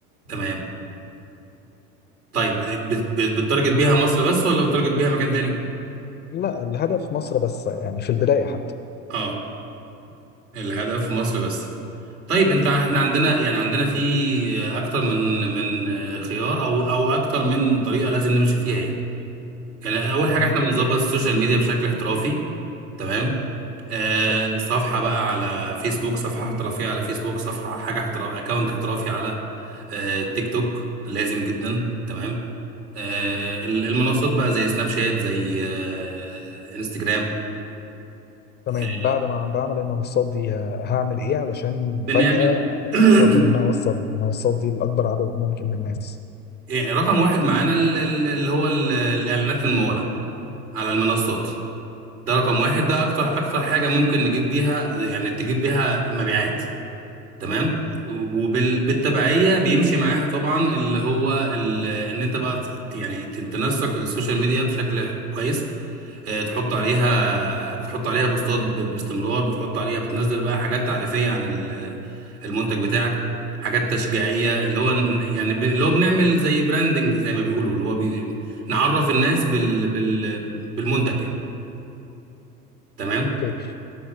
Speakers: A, on the right (about 80°); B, on the left (about 25°).
A: تمام طيب بت... بت... بتتارجت بيها مصر بس ولا بتتارجت بيها مكان تاني
B: لا الهدف مصر بس يعني في البداية حتى
A: اه الهدف مصر بس طيب انت احنا عندنا يعني عندنا في اكتر من من خيار او او اكتر من طريقه لازم نمشي فيها يعني يعني اول
B: تمام
A: حاجه احنا بنظبط السوشيال ميديا بشكل احترافي تمام آه
B: حلو
A: صفحه بقى على فيسبوك صفحه احترافيه على فيسبوك صفحه حاجه احتراف اكونت احترافي على آه تيك توك لازم جدا تمام آه ال- المنصات بقى زي سناب شات زي آه انستجرام
B: تمام
A: آه
B: بعد ما بعمل المنصات دي آه، هعمل ايه علشان
A: بنعمل
B: فجأة
A: <clears throat>
B: هقدر ان انا اوصل المنصات دي لاكبر عدد ممكن من الناس
A: يعني رقم واحد معانا ال- ال- اللي هو ال- الإعلانات الممولة على المنصات ده رقم واحد ده أكتر أكتر حاجة ممكن نجيب بيها يعني تجيب بيها مبيعات تمام
B: تمام.
A: وبالتبعية بيمشي معاها طبعا اللي هو ال- إن أنت بقى ت- يعني ت- تنسق السوشيال ميديا بشكل كويس آه، تحط عليها بتحط عليها بوستات ب- باستمرار بتحط عليها بتنزل بقى حاجات تعريفية عن ال- المنتج بتاعك حاجات تشجيعية اللي هو ن- يعني ب- اللي هو بنعمل زي براندنج زي ما بيقولوا اللي هو بي... نعرف الناس بال... بال... بالمنتج يعني تمام
B: اوكي